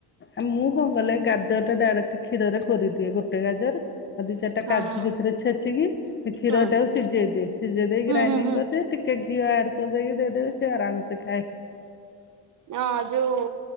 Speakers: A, on the left (about 25°); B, on the right (about 45°).
A: ଆ ମୁଁ କଣ କଲେ ଗାଜର ଟା ଡାଇରେକ୍ଟ କ୍ଷୀରରେ କରିଦିଏ ଗୋଟେ ଗାଜର ଆଉ ଦି ଚାରିଟା
B: ହଁ
A: କାଜୁ
B: ହଁ
A: ସେଥିରେ ଛେଚିକି କ୍ଷୀରଟାକୁ
B: ହୁଁ
A: କୁ ସିଝେଇଦିଏ। ସିଝେଇ ଦେଇ ଗ୍ରାଇଣ୍ଡିଙ୍ଗ
B: ହୁଁ ହୁଁ ହୁଁ।
A: କରିଦିଏ ଟିକିଏ ଘିଅ ଆଡ଼୍ କରିଦେଇକି ଦେଇଦେବେ ସିଏ ଆରାମସେ ଖାଏ।
B: ହଁ ଯୋଉ